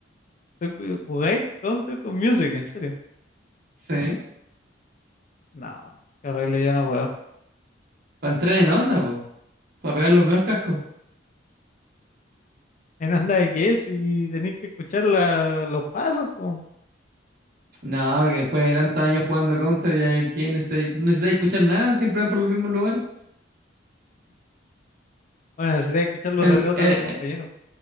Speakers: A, on the left; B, on the right.
A: ¿Tú ju- jugáis Counter con Music? ¿En serio?
B: Sí.
A: No, qué horrible, yo no puedo.
B: Para entrar en onda, po. Para pegar los mejores cascos.
A: En onda de qué, si tenéis que escuchar la- los pasos, pues.
B: No, porque después de tantos años jugando Counter, ya que necesitáis, no necesitáis escuchar nada, siempre van por los mismos lugares.
A: Bueno, necesitáis escuchar los
B: El,
A: dateos
B: eh,
A: de tus compañeros.